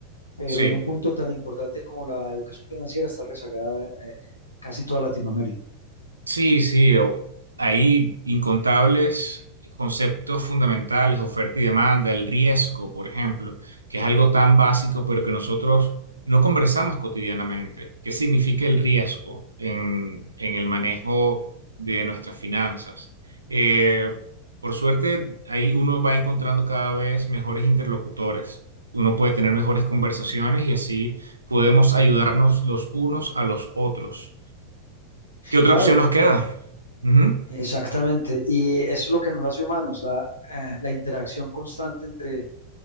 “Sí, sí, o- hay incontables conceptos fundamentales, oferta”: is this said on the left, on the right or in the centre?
Right